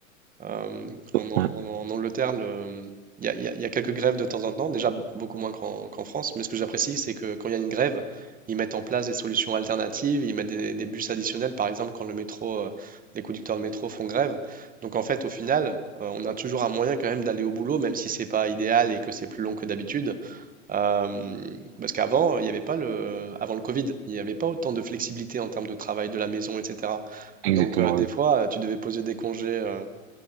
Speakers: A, on the right; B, on the right.
A: Euh, en, An-
B: Ouais,
A: en- en Angleterre, le- il y a, il y a- il y a quelques grèves de temps en temps, déjà beaucoup moins qu'en qu'en France, mais ce que j'apprécie, c'est que quand il y a une grève, ils mettent en place des solutions alternatives, ils mettent des, des bus additionnels, par exemple quand le métro, euh, les conducteurs de métro font grève. Donc en fait, au final, euh, on a toujours un moyen quand même d'aller au boulot, même si c'est pas idéal et que c'est plus long que d'habitude. Euh, parce qu'avant, il n'y avait pas le, avant le Covid, il n'y avait pas autant de flexibilité en termes de travail de la maison, etc.
B: exactement,
A: Donc euh, des
B: oui.
A: fois, euh, tu devais poser des congés. euh,